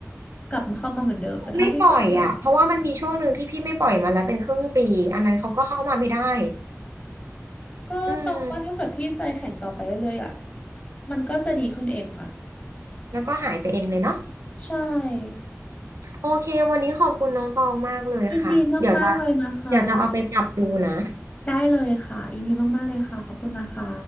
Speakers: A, on the left; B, on the right.
A: กลับมาเข้ามาเหมือนเดิมแต่ถ้าพี่ไม่ปล่อย
B: คงไม่ปล่อยอ่ะเพราะว่ามันมีช่วงหนึ่งที่พี่ไม่ปล่อยมาแล้วเป็นครึ่งปีอันนั้นเขาก็เข้ามาไม่ได้
A: ก็ตองว่าถ้าเกิดพี่ใจแข็งต่อไปเรื่อยๆอ่ะ
B: อืม
A: มันก็จะดีขึ้นเองค่ะ
B: แล้วก็หายไปเองเลยเนาะ
A: ใช่
B: โอเค วันนี้ขอบคุณน้องตองมากเลยค่ะ
A: ยินดีมากๆเลยนะคะ
B: เดี๋ยวจะเดี๋ยวจะเอาไปปรับดูนะ
A: ได้เลยค่ะยินดีมากๆเลยค่ะขอบคุณนะคะ